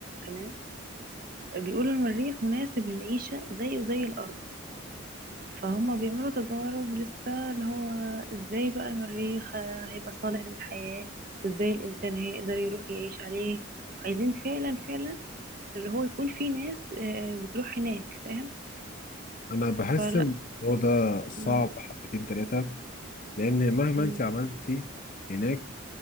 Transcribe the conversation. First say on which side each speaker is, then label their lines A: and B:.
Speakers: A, on the right; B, on the left.
A: تمام بيقولوا المريخ مناسب للعيشة زيه زي الارض فهم بيعملوا تجارب لسه اللي هو ازاي بقى المريخ آه، هيبقى صالح للحياة وازاي الانسان هيقدر يروح يعيش عليه وعايزين فعلا فعلا اللي هو يكون في ناس آه، بتروح هناك فاهم
B: انا بحس
A: فلا
B: الموضوع ده صعب
A: مم،
B: حبتين تلاتة لان مهما
A: مم،
B: انتي عملتي هناك